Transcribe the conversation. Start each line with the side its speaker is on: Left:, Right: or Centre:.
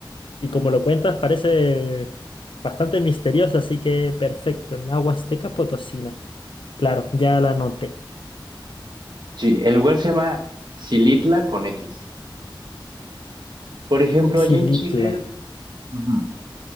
Left: Y como lo cuentas, parece bastante misterioso, así que perfecto. La Huasteca Potosina. Claro, ya la noté.
Right: Sí, el lugar se llama Xilitla con X. Por ejemplo,
Left: Xilitla.
Right: allá en Chile, Ujú.